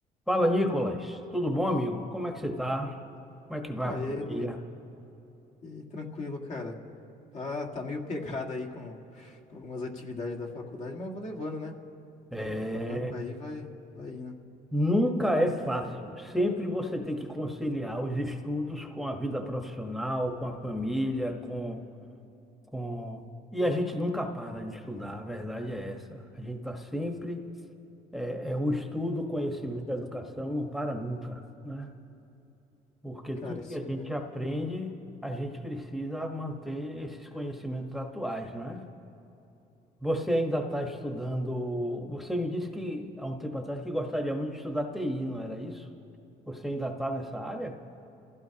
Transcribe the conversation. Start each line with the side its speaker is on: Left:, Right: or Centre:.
Centre: Fala, Nicolas. Tudo bom, amigo? Como é que você tá? Como é que vai
Left: Pô,
Centre: a
Left: e
Centre: família?
Left: aí, Luiz? E aí, tranquilo, cara. Tá, tá meio pegado aí com, com algumas atividades da faculdade, mas vou levando, né?
Centre: É,
Left: Tronco, barranco aí vai, vai indo.
Centre: Nunca é fácil. Sempre você tem que conciliar os estudos com a vida profissional, com a família, com, com... E a gente nunca para de estudar, a verdade é essa. A gente está sempre... É, é o estudo, o conhecimento, a educação não para nunca, né? Porque
Left: Cara,
Centre: tudo
Left: isso
Centre: que a gente
Left: é.
Centre: aprende, a gente precisa manter esses conhecimentos atuais, não é? Você ainda está estudando. Você me disse que há um tempo atrás que gostaria muito de estudar TI, não era isso? Você ainda está nessa área?